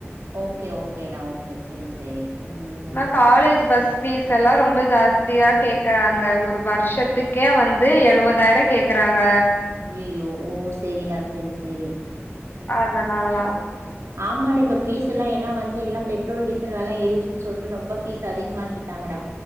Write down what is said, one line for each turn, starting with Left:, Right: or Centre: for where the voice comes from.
Right: ஓகே ஓகேடா ஓகே சேரி சேரி ம்
Left: நான் காலேஜ் பஸ் ஃபீஸ் எல்லாம் ரொம்ப ஜாஸ்தியா கேக்குறாங்க ஒரு வருஷத்துக் கே வந்து எழுவதாயிரம் கேக்குறாங்க
Right: ஐயோ ஓ சேரிடா சேரி சேரி
Left: அதனாலதான்
Right: ஆமாட இப்ப ஃபீஸ் எல்லாம் ஏன்ன வந்து எல்லாம் பெட்ரோல் டீசல் விலை ஏறிடுச்சன்னு சொல்லிட்டு ரொம்ப ஃபீஸ் அதிகமாக்கிட் டாங்கடா